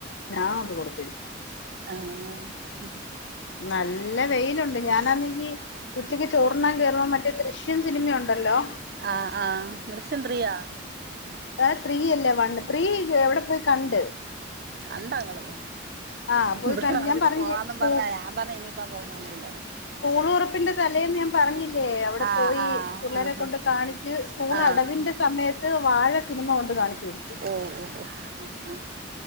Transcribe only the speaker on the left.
ഞാൻഅത് കൊടുത്തു
നല്ല വെയിലുണ്ട് ഞാനാണങ്കി ഉച്ചയ്ക്ക് ചോർണ്ണാൻ കേറുമ്പം മറ്റേ ദൃഷ്യം സിനിമയുണ്ടല്ലോ
ആ ത്രീയല്ല വണ്ണ് ത്രീ അവിടെ പോയി കണ്ട്
ആ പോയി
കണ്ട്
ഞാൻ പറഞ്ഞില്ലേ
സ്കൂ
സ്കൂൾ തുറപ്പിന്റെ തലേന്ന് ഞാൻ പറഞ്ഞില്ലേ അവിടെ
പോയി
പിള്ളരെ കൊണ്ട്
കാണി ച്ച് സ്കൂൾ
അടവിന്റെ സമയത്ത് വാഴ സിനിമ കൊണ്ട് കാണിച്ചുകൊടു